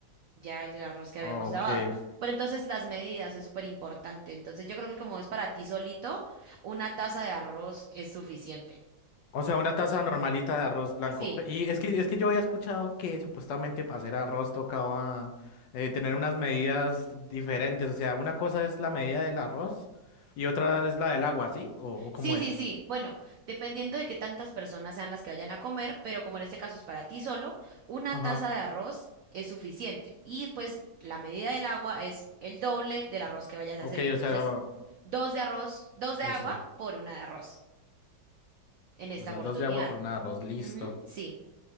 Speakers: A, on the right (about 80°); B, on the left (about 75°).
A: ya el arroz que habíamos
B: Ok.
A: lavado. Pero entonces las medidas es súper importante. Entonces yo creo que como es para ti solito, una taza de arroz es suficiente.
B: O sea, una taza normalita de arroz blanco.
A: Sí,
B: Pe- Y es que, es que yo había escuchado que supuestamente para hacer arroz tocaba eh, tener unas medidas diferentes. O sea, una cosa es la medida del arroz y otra es la del agua, ¿sí? ¿O, o
A: sí,
B: cómo
A: sí,
B: es?
A: sí. Bueno, dependiendo de qué tantas personas sean las que vayan a comer, pero como en este caso es para ti solo, una
B: Ajá.
A: taza de arroz es suficiente. Y pues la medida del agua es el doble del arroz que vayas a
B: Ok,
A: hacer. Entonces,
B: o sea,
A: dos de arroz, dos de
B: listo.
A: agua por una de arroz en esta
B: O sea,
A: oportunidad.
B: dos de agua por una de arroz, listo.
A: Ujú, sí,